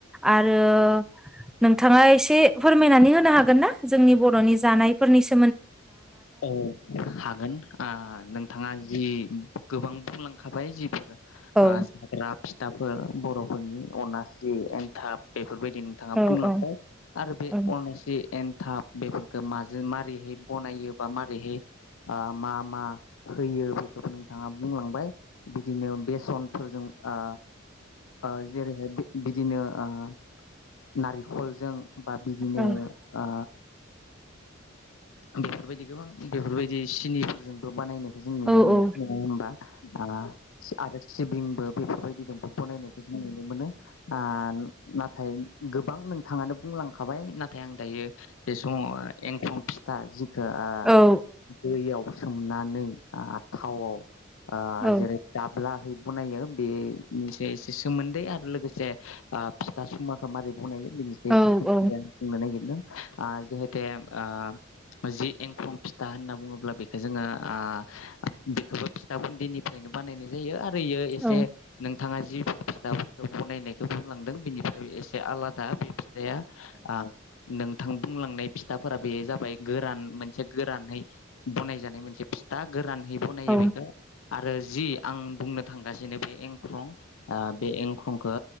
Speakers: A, in the centre; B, on the left (about 75°).
A: आरो नोंथांङा एसे फोरमायनानै होनो हागोन ना जोंनि बर'नि जानायफोरनि सो
B: औ हागोन ओ नोंथांङा जि गोबां बुंलांखाबाय जिफोर
A: औ
B: ओ जाग्रा फि दाफोर बर'फोरनि अनासि एनथाब बेफोरबाय दि नोंथाङा
A: औ
B: बुंलांबाय
A: औ
B: आरो बे
A: औ
B: अनासि एन्थाब बेफोरखो माजों मारैहै बनायो बा मारैहै ओ मा मा होयो बेखौबो नोंथाङा बुंलांबाय बिदिनो बेसनफोरजों ओ ओ जेरैहाय- बिदिनो ओ- नारिखल जों- बा बिदिनो
A: औ
B: ओ बेफोरबायदि गोबां बेफोरबायदि सिनिफोरजोंबो बानायनायखौ जों नुनो
A: औ
B: मोनो नङा होमबा ओ आरो सिबिंबो बेफोरबायदिजोंबो बनायनायखौ जों नुनो मोनो ओ नाथाय गोबां नोंथाङानो बुंलांखाबाय नाथाय आं दायो बे समाव एंखं फिथा जिखौ ओ
A: औ
B: दैयाव सोमनानै ओ थावआव ओ
A: औ
B: जेरै दाबला हैै बनायो बे मोनसे एसे सोमोन्दै आरो लोगोसे ओ फिथा सुमाखौ माबारै बनायो बिनि सायाव
A: औ
B: एसे सोमोन्दै
A: औ
B: आं बुंनो नागिरदों ओ जिहेते ओ जि एंखं फिथा होनना बुङोब्ला बेखौ जोङो ओ बेखौबो फिथा गुन्दैनिफ्रायनो बानायनाय जायो आरो होयो एसे
A: औ
B: नोंथाङा जिफोर फिथाफोरखौ बनायनाय बुंलांदों बेनिफ्राय एसे आलादा बे फिथाइया ओ नों थां बुंलांनाय फिथाफोरा बे जाबाय गोरान मोन मोनसे गोरानैै बनाय जानाय मोनसे फिथा गोरान बनायो
A: औ
B: बेखौ आरो आरो जि आं बुंनो थांगासिनो बे एंख्रं बे एंख्रंखौ